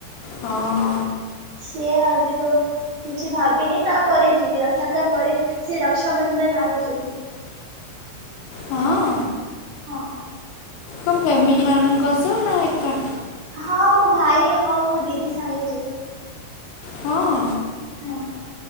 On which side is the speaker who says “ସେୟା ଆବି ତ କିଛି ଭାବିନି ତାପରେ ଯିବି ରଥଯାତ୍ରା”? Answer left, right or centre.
Right